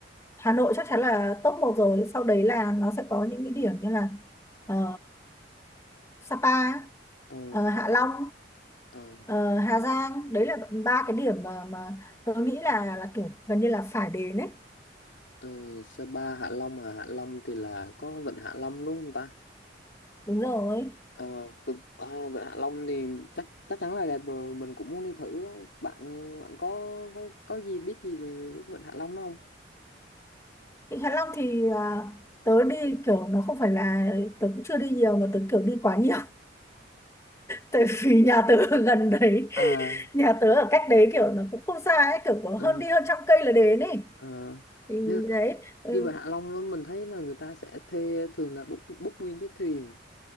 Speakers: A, on the left; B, on the left.
A: Hà Nội chắc chắn là top một rồi sau đấy là nó sẽ có những cái điểm như là ờ, Sapa
B: ờ,
A: ờ, Hạ Long
B: ờ,
A: ờ, Hà Giang đấy là ba cái điểm mà mà tớ nghĩ là là kiểu gần như là phải đến ấy
B: ờ, Sapa Hạ Long à Hạ Long thì là có vịnh Hạ Long đúng không ta
A: đúng rồi
B: ờ, thực- à, vịnh Hạ Long thì chắc chắc chắn là đẹp rồi mình cũng muốn đi thử á. bạn bạn có có, có gì biết gì về cái vịnh Hạ Long đó không
A: Vịnh Hạ Long thì à, tớ đi kiểu nó không phải là tớ cũng chưa đi nhiều mà tớ kiểu đi quá nhiều tại vì nhà tớ ở gần đấy
B: à
A: nhà tớ ở cách đấy kiểu nó cũng không xa ấy kiểu có
B: ờ
A: hơn đi hơn trăm cây là đến ấy
B: Ờ,
A: thì
B: như
A: đấy ừ,
B: như Vịnh Hạ Long á, mình thấy là người ta sẽ thuê thường là book book nguyên cái thuyền